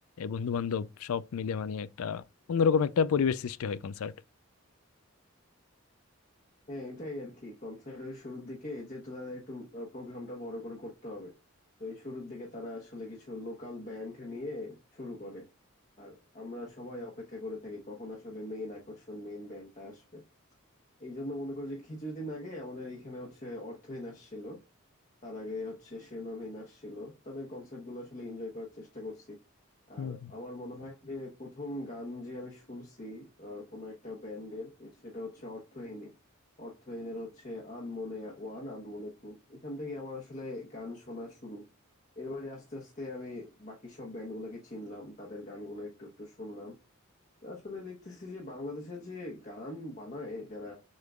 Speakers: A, on the left; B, on the left.
A: বন্ধু বান্ধব সব মিলে মানে একটা অন্যরকম একটা পরিবেশ সৃষ্টি হয় কনসার্ট
B: হ্যাঁ এটাই আর কি কনসার্ট ওই শুরুর দিকে যেহেতু তাদের একটু প্রোগ্রামটা বড় করে করতে হবে তো এই শুরুর দিকে তারা আসলে কিছু লোকাল ব্যান্ড নিয়ে শুরু করে আর আমরা সবাই অপেক্ষা করে থাকি কখন আসলে মেইন আকর্ষণ মেইন ব্যান্ডটা আসবে এই জন্য মনে করো যে কিছুদিন আগে আমাদের এখানে হচ্ছে অর্থহীন আসছিল তার আগে হচ্ছে শিরোনামহীন আসছিল তাদের কনসার্ট গুলো আসলে এনজয় করার চেষ্টা করছি
A: হুম
B: আর
A: হুম
B: আমার মনে হয় যে প্রথম গান যে আমি শুনছি আহ, কোনো একটা ব্যান্ডের সেটা হচ্ছে অর্থহীনই অর্থহীনের হচ্ছে আনমনে ওয়ান আনমনে টু এখান থেকে আমার আসলে গান শোনা শুরু এরপরে আস্তে আস্তে আমি বাকি সব ব্যান্ড গুলাকে চিনলাম তাদের গানগুলো একটু একটু শুনলাম আসলে দেখতেছি যে বাংলাদেশের যে গান বানায় যারা